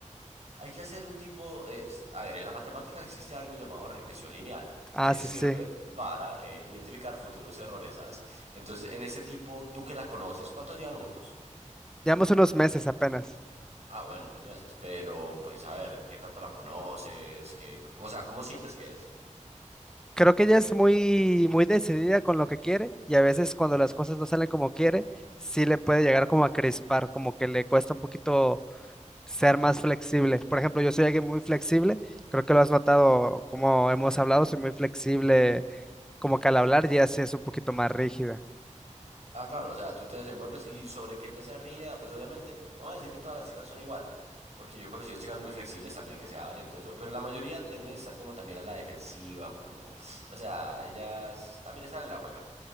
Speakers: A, on the right; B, in the centre.
A: Hay que hacer un tipo, es, a ver, en la matemática existe algo llamado regresión lineal,
B: Ah,
A: que
B: sí,
A: sirve
B: sí. sí.
A: para eh, identificar futuros errores, ¿sabes? Entonces, en ese tipo, tú que la conoces, ¿cuántos llevan juntos?
B: Llevamos unos meses apenas.
A: Ah, bueno, unos meses, pero pues a ver, ¿qué tanto la conoces? ¿Qué, o sea, ¿cómo sientes que es?
B: Creo que ella es muy, muy decidida con lo que quiere y a veces cuando las cosas no salen como quiere, sí le puede llegar como a crispar, como que le cuesta un poquito ser más flexible. Por ejemplo, yo soy alguien muy flexible, creo que lo has notado como hemos hablado, soy muy flexible, como que al hablar ya sí es un poquito más rígida.
A: Ah, claro, o sea, tú te desenvuelves y sobre que ella sea rígida, pues obviamente, no voy a decir que todas las chicas son iguales, porque yo he conocido chicas muy flexibles también que se abren y todo eso, pero la mayoría tienden a estar como también a la defensiva, como, o sea, ellas también están en la juega